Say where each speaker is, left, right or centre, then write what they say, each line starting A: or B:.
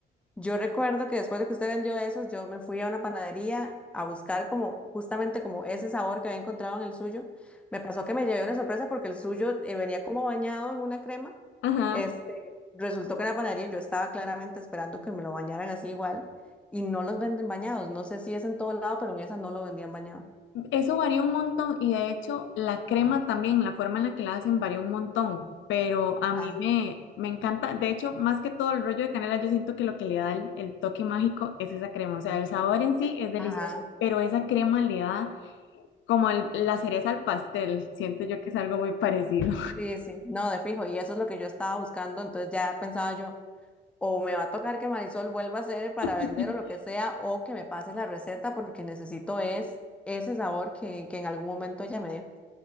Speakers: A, in the centre; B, on the left.
A: Yo recuerdo que después de que usted vendió esos, yo me fui a una panadería a buscar como justamente como ese sabor que había encontrado en el suyo. Me pasó que me llevé una sorpresa porque el suyo eh, venía como bañado en una crema.
B: Ajá,
A: Este, resultó que en la panadería yo estaba claramente esperando que me lo bañaran así igual y no los venden bañados. No sé si es en todo lado, pero en esa no lo vendían bañado.
B: eso varía un montón y de hecho la crema también, la forma en la que la hacen varía un montón, pero
A: Ajá,
B: a mí me, me encanta, de hecho, más que todo el rollo de canela, yo siento que lo que le da el, el toque mágico es esa crema, o sea, el sabor en sí es delicioso,
A: ajá.
B: pero esa crema le da como el- la cereza al pastel, siento yo que es algo muy parecido.
A: Sí, sí, no, de fijo, y eso es lo que yo estaba buscando, entonces ya pensaba yo, O me va a tocar que Marisol vuelva a hacer para
B: <laughs>
A: vender o lo que sea, o que me pase la receta porque necesito es ese sabor que, que en algún momento ella me dio.